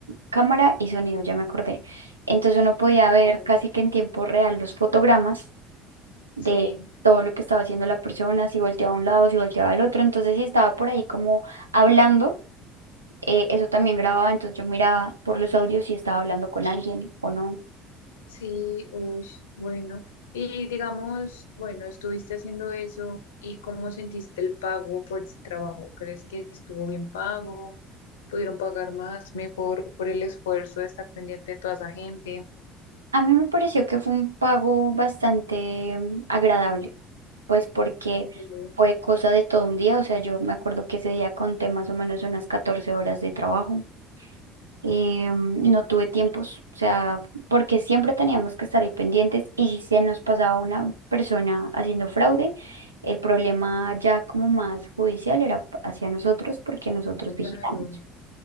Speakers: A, on the right; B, on the left.
A: cámara y sonido, ya me acordé. Entonces uno podía
B: Claro,
A: ver casi que en tiempo real los fotogramas de
B: sí.
A: todo lo que estaba haciendo la persona, si volteaba a un lado, si volteaba al otro. Entonces, si estaba por ahí como hablando. eh, eso también grababa, entonces yo miraba por los audios si estaba hablando con alguien o no.
B: Sí, uy, bueno. Y digamos, bueno, estuviste haciendo eso y ¿cómo sentiste el pago por ese trabajo? ¿Crees que estuvo bien pago? ¿Pudieron pagar más, mejor por el esfuerzo de estar pendiente de toda esa gente?
A: A mí me pareció que fue un pago bastante mm, agradable, pues porque
B: Sí,
A: fue cosa de todo un día, o sea, yo me acuerdo que ese día conté más o menos unas 14 horas de trabajo. eh, mm, no tuve tiempos, o sea, porque siempre teníamos que estar ahí pendientes y si se nos pasaba una persona haciendo fraude, el problema ya como más judicial era hacia nosotros porque nosotros vigilamos.
B: claro,